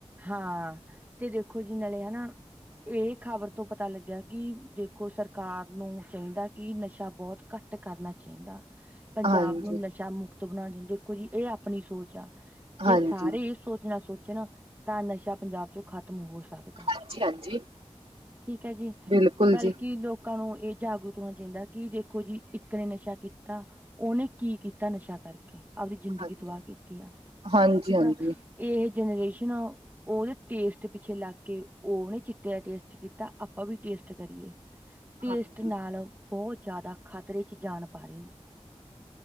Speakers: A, on the right; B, on the right.
A: ਹਾਂ ਤੇ ਦੇਖੋ ਜੀ ਨਾਲੇ ਹਨਾ ਇਹ ਖ਼ਬਰ ਤੋਂ ਪਤਾ ਲੱਗਿਆ ਕਿ ਦੇਖੋ ਸਰਕਾਰ ਨੂੰ ਚਾਹੀਦਾ ਕਿ ਨਸ਼ਾ ਬਹੁਤ ਘੱਟ ਘੱਟ ਕਰਨਾ ਚਾਹੀਦਾ ਪੰਜਾਬ
B: ਹਾਂਜੀ
A: ਨੂੰ ਨਸ਼ਾ ਮੁਕਤ ਬਣਾਣਾ ਚੁੰ ਦੇਖੋ ਜੀ ਇਹ ਆਪਣੀ ਸੋਚ ਆ
B: ਹਾਂਜੀ।
A: ਜੇ ਸਾਰੇ ਇਹ ਸੋਚਣਾ ਸੋਚਣ ਤਾਂ ਨਸ਼ਾ ਪੰਜਾਬ ਚੋਂ ਖਤਮ ਖਤਮ ਹੋ ਸਕਦਾ
B: ਹਾਂਜੀ-ਹਾਂਜੀ।
A: ਠੀਕ ਹੈ ਜੀ
B: ਬਿਲਕੁਲ
A: ਬਲਕਿ
B: ਜੀ।
A: ਲੋਕਾਂ ਨੂੰ ਇਹ ਜਾਗਰੂਕ ਹੋਣਾ ਚਾਹੀਦਾ ਕਿ ਦੇਖੋ ਜੀ ਇੱਕ ਨੇ ਨਸ਼ਾ ਕੀਤਾ ਉਹਨੇ ਕੀ ਕੀਤਾ ਨਸ਼ਾ ਕਰਕੇ ਆਪਦੀ ਜ਼ਿੰਦਗੀ
B: ਹਾਂਜੀ।
A: ਤਬਾਹ ਕੀਤੀ ਆ
B: ਹਾਂਜੀ-ਹਾਂਜੀ।
A: ਠੀਕ ਆ ਇਹ ਜਨਰੇਸ਼ਨ ਆ ਉਹਦੇ ਟੇਸਟ ਪਿੱਛੇ ਲੱਗ ਕੇ ਉਹ ਓਹਨੇ ਚਿੱਟੇ ਦਾ ਟੇਸਟ ਕੀਤਾ ਆਪਾਂ ਵੀ ਟੇਸਟ ਕਰੀਏ ਟੇਸਟ
B: ਹਾਂਜੀ,
A: ਨਾਲ ਬਹੁਤ ਜ਼ਿਆਦਾ ਖਤਰੇ ਚ ਜਾਣ ਪਾ ਰਹੇ ਨੇ